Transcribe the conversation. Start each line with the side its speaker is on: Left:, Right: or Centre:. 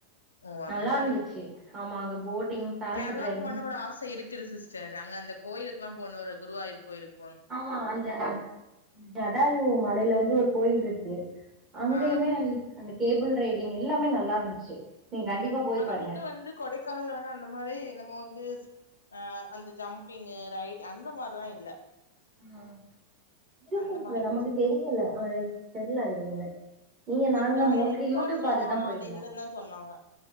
Left: ஓ அந்த
Right: நல்லா
Left: மாரி
Right: இருந்துச்சு ஆமா அங்க போட்டிங் பேராஷூட்
Left: கேரளாக்கு
Right: ரைடிங்
Left: போனோனு ஒரு ஆசை இருக்குது சிஸ்டர் அங்க அந்த கோயிலுக்கு எல்லா போன ஒரு குருவாயூர் கோயிலுக்
Right: ஆமா அந்த ஜடாயு மலையில வந்து ஒரு கோயில் இருக்கு அங்கயுமே
Left: ஆ
Right: அந்த கேபிள்ரைடிங் எல்லாமே நல்லா இருந்துச்சு நீங்க கண்டிப்பா போய்
Left: ஆனா
Right: பாருங்க
Left: அங்க வந்து கொடைக்கானல்ல வந்து அந்த மாரி நம்ம வந்து அ அந்த ஜம்பிங் ரைடிங் அந்த மாரிலா இல்ல
Right: ம் இருக்கு
Left: அந்த
Right: போல
Left: மாரி
Right: நமக்கு
Left: பிளேஸ்
Right: தெரியல அது தெர்ல என்னன்னு நீங்க
Left: நாங்க
Right: மோஸ்ட்லி
Left: விசாரிச்சோ
Right: யூடியூப் பாத்துதா
Left: ஆனா
Right: போயிருந்தோ
Left: அது இல்லனு தா சொன்னாங்க